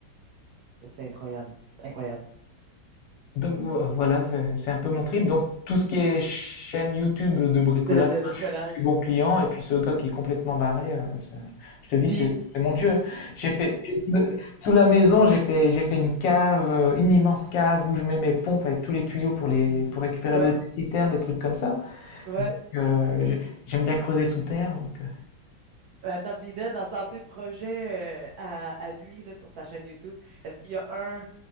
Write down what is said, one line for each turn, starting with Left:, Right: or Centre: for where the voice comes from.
Right: Ça, c'est incroyable. Incroyable.
Left: Donc, vo- voilà, c'est c'est un peu mon trip. Donc, tout ce qui est chaîne YouTube de bricolage,
Right: De, de bricolage.
Left: je suis bon client.
Right: Ouais.
Left: Et puis, ce gars qui est complètement barré, euh, ça- je te dis,
Right: Puis,
Left: c'est c'est mon Dieu. J'ai fait, j'ai- sous la maison, j'ai fait, j'ai fait une cave, euh, une immense cave où je mets mes pompes avec tous les tuyaux pour, les, pour récupérer
Right: ouais,
Left: l'eau des citernes, des trucs comme ça.
Right: ouais.
Left: Donc, euh, j'ai- j'aime bien creuser sous terre. Donc, euh,
Right: Euh, Attends, puis là, dans, dans ses projets euh, à, à lui, là, sur sa chaîne YouTube, est-ce qu'il y a un,